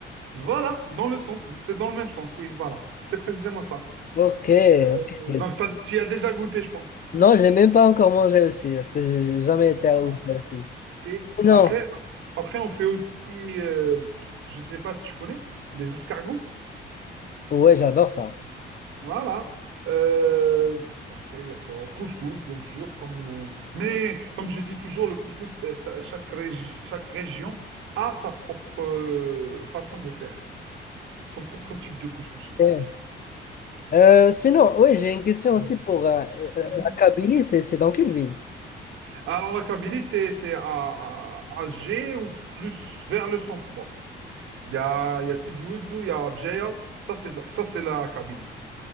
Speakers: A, on the right (about 85°); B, on the left (about 45°).
A: Voilà, dans le sens, c'est dans le même sens, oui, voilà. C'est précisément ça.
B: Ok,
A: Euh,
B: ok.
A: Donc, tu y as déjà goûté, je pense.
B: Non, je l'ai même pas encore mangé aussi, parce que j'ai j'ai jamais été à
A: Ah,
B: Oujda
A: hein.
B: aussi.
A: Ok.
B: Non.
A: Après, après, on fait aussi, euh, je sais pas si tu connais, les escargots.
B: Ouais, j'adore ça.
A: Voilà. Euh, après, il y a quoi? Au Couscous, bien sûr. Comme, euh, mais comme je dis toujours, le couscous, euh, ça- chaque, régi- chaque région a sa propre euh, façon de faire, son propre type de couscous, en fait.
B: Ok. Euh, sinon, oui, j'ai une question
A: Hmm.
B: aussi pour euh, euh,
A: Mhm.
B: la Kabylie, c'est c'est dans quelle ville?
A: Alors, la Kabylie, c'est c'est à, à- Alger ou plus vers le centre, quoi. Il y a, il y a Tizi Ouzou, il y a Béjaïa. Ça, c'est de la- ça, c'est la Kabylie.